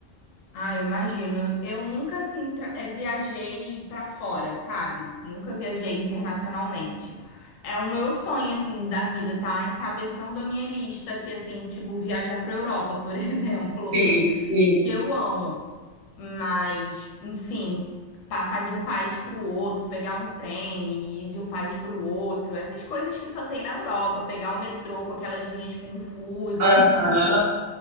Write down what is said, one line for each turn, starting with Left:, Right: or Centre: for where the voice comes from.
Left: Ah, eu imagino. Eu, eu nunca assim tra- eh, viajei pra fora, sabe? Nunca viajei internacionalmente. É o meu sonho assim da vida, tá? Encabeçando a minha lista aqui assim, tipo viajar pra Europa, por <laughs> exemplo,
Right: Sim, sim.
Left: que eu amo. Mas, enfim, passar de um país pro outro, pegar um trem e ir de um país pro outro, essas coisas que só tem na Europa, pegar o metrô com aquelas linhas confusas
Right: Aham.